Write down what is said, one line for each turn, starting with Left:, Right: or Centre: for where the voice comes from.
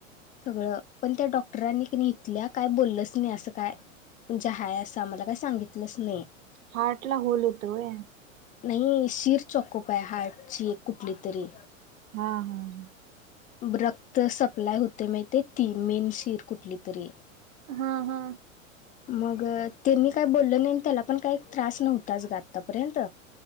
Left: सगळं पण त्याडॉ ॉक्टरांनीितल्या काय बोललंच नाही असं काय म्हणजे हय असं मला काय सांगितलंच नाही
Right: हार्ट ला होल होतय
Left: नाही शिर चॉकोप आहे हार्टची एक कुठली तरी
Right: हा हम् हम
Left: रक्त सप्लाय होते माहि ती मेन शिर कुठली तरी
Right: हा हा
Left: मग त्यांनी काय बोललं नाही त्याला पण काही त्रास नव्हताच ग आतापर्यंत